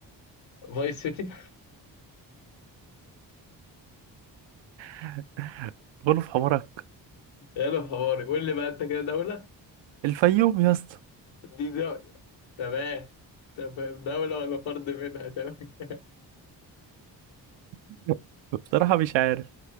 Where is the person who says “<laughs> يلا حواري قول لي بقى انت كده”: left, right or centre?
Left